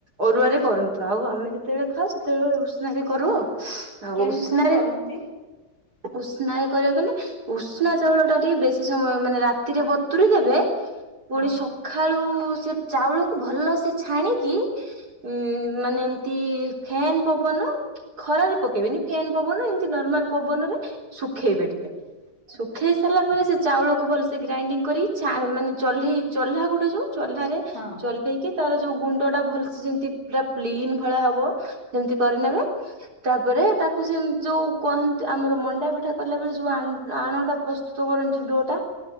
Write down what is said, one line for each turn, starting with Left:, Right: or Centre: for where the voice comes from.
Right: ଅରୁଆରେ କରନ୍ତୁ ଆଉ ଆମେ ଯେତେବେଳେ ଖାଉ ସେତେବେଳେ ଉସୁନା ରେ କରୁ ଆଉ ଆଉ
Left: କେମିତି
Right: ଉସନା
Left: କଣ
Right: ରେ
Left: କରନ୍ତି?
Right: ଉସ୍ନା ରେ କରିଆକୁ ଗଲେ ଉଷ୍ନା ଚାଉଳ ଟା ଟିକେ ବେଶୀ ସମୟ ମାନେ ରା ରାତିରେ ବତୁୁରି ଦେବେ ପୁଣି
Left: ହଁ
Right: ସ ଖାଳୁ ସେ ଚାଉଳକୁ ଭଲ ସେ ଛାଣିକି ଉ ମାନେ ଏମତି ଫେନ୍ ପବନ ଖରାରେ ପକେଇବେନି ଫ୍ୟେନ ପବନ ଏମିତି ନର୍ମାଲ ପବନ ରେ ଶୁଖେଇବେ ଟିକେ ଶୁଖେଇ ସାରିଲା ପରେ ସେ ଚାଉଳକୁ ଭଲ ସେ ଗ୍ରାଇଣ୍ଡିଙ୍ଗ କରି ଚା ମାନେ ଚଲ୍ହେଇ ଚଲ୍ହା ଗୋଟେ ଯୋଉ ଚହ୍ଲାରେ
Left: ହଁ
Right: ହେଇକି ତାର ଯୋଉ ଗୁଣ୍ଡ ଟା ଭଲସ ଯେମିତି ପୁରା ପ୍ଲିନ ଭଳିଆ ହବ ଯେମିତି କରିନେବେ ତାପରେ ତାକୁ ସେମତ୍ ଯୋଉ କୁହନ୍ତ ଆମର ମଣ୍ଡା ପିଠା କଲା ବଳେ ଯୋଉ ଆନ ଆଣଟା ପ୍ର ସ୍ତୁତ କରନ୍ତି ଯୋଉ ଦୋ ଟା